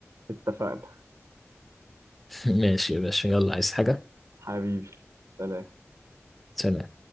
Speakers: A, on the right; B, in the centre.
A: اتفقنا
B: <laughs> ماشي يا باشا يلا عايز حاجه
A: حبيبي سلام
B: سلام